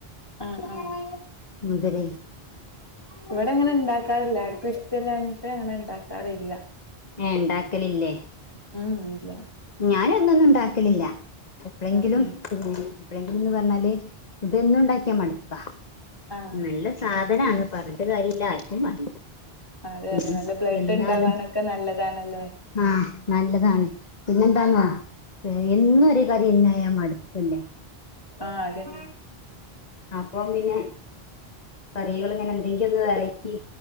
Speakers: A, on the left; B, on the left.
A: ആഹ് ആഹ്
B: മുതെരെ
A: ഇവിടെ അങ്ങനെ ഇണ്ടാക്കാറില്ല ആർക്കുഷ്ടല്ലാഞ്ഞിട്ട് അങ്ങനെ ഇണ്ടാക്കാറില്ല
B: ഏഹ് ഇണ്ടാക്കലില്ലേ
A: ഉം ഇല്ല
B: ഞാൻ എന്നൊന്നുണ്ടാക്കലില്ല എപ്ലെങ്കിലും
A: ഉം ഉം
B: എപ്പഴെങ്കിലുന്ന് പർഞ്ഞാല് ഇത് എന്നുണ്ടാക്ക്യാ മട്പ്പാ
A: ആഹ്
B: നല്ല സാധനാണ് പർഞ്ഞിട്ട് കാര്യല്ല ആർക്കും വേണ്ട
A: അതെ
B: പിന്നെ
A: അതെ നല്ല ബ്ലഡ്ഡിണ്ടാവാനൊക്കെ
B: എന്നാലും
A: നല്ലതാണല്ലേ
B: ആഹ് നല്ലതാണ് പിന്നെന്താന്നോ എന്നും ഒരു കറ്യെന്നായ മട് പ്പല്ലേ
A: ആഹ് അതെന്നെ
B: അപ്പ പിന്നെ കറികൾ ഇങ്ങനെ എന്തെങ്ക്യൊന്ന് വെറെറ്റി